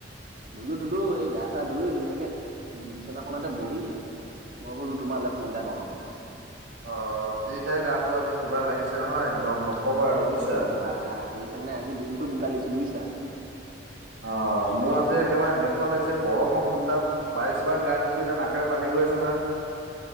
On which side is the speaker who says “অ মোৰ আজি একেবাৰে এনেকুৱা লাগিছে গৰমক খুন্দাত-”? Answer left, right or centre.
Right